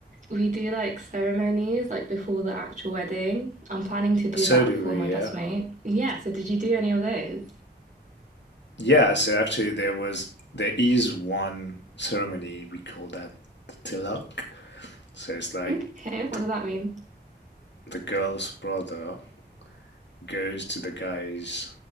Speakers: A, on the right; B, on the left.
A: we do like ceremonies like before the actual wedding. I'm planning to do
B: So
A: that
B: do
A: for
B: we,
A: my best
B: yeah.
A: mate. Yeah, so did you do any of those?
B: Yeah, so actually there was there is one ceremony we call that the tilak. So it's like
A: Okay, what
B: the
A: does that mean?
B: the girl's brother goes to the guy's